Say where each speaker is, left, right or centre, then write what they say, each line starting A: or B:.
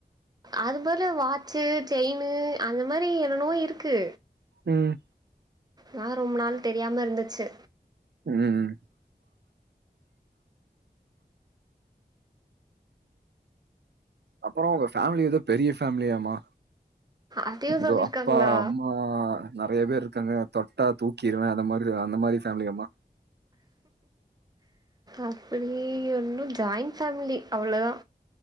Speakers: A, on the right; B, on the right.
A: அதுபதிலா வாட்சு செயினு இந்த மாரி என்னோவோ இருக்கு
B: ம்
A: நா ரொம்ப நாள் தெரியாம இருந்துச்சு
B: ம் அப்றோ உங்க ஃபேமிலி ஏதோ பெரிய ஃபேமிலியாமா
A: அதையு
B: ப்ரோ
A: சொல்லிருக்காங்களா
B: அப்பா அம்மா ஆ நெறைய பேர் இருக்காங்க தொட்டா தூக்கிருவ அந்த மாரி அந்த மாரி ஃபேமிலியாமா
A: அப்டி ஒன்னு ஜாயிண்ட் ஃபேமிலி அவ்ளோதா